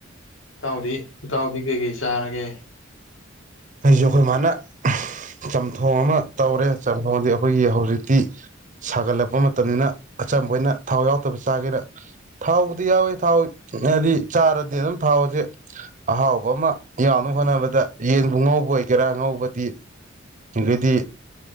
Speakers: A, on the left; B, on the right.
A: ꯏꯇꯥꯎꯗꯤ ꯏꯇꯥꯎꯗꯤ ꯀꯩ ꯀꯩ ꯆꯥ ꯆꯥꯔꯒꯦ
B: ꯑꯩꯖꯤ ꯑꯈꯣꯏ ꯃꯥꯅ ꯆꯝꯊꯣꯡ ꯑꯃ ꯇꯧꯔꯦ ꯆꯝꯊꯣꯡꯖꯤ ꯑꯩꯈꯣꯏꯒꯤ ꯍꯧꯖꯤꯛꯇꯤ ꯁꯥꯒꯠꯂꯛꯄ ꯃꯇꯝꯅꯤꯅ ꯑꯆꯝꯕ ꯑꯣꯏꯅ ꯊꯥꯎ ꯌꯥꯎꯗꯕ ꯆꯥꯖꯦꯅ ꯊꯥꯎꯕꯨꯗꯤ ꯌꯥꯎꯋꯦ ꯊꯥꯎ ꯍꯥꯏꯗꯤ ꯆꯥꯔꯗꯤ ꯑꯗꯨꯝ ꯊꯥꯎꯑꯖꯦ ꯑꯍꯥꯎꯕ ꯑꯃ ꯌꯥꯎꯅꯕ ꯍꯣꯠꯅꯕꯗ ꯌꯦꯟ ꯕꯨꯉꯧꯕ ꯑꯣꯏꯒꯦꯔꯥ ꯉꯧꯕꯗꯤ ꯑꯗꯨꯗꯤ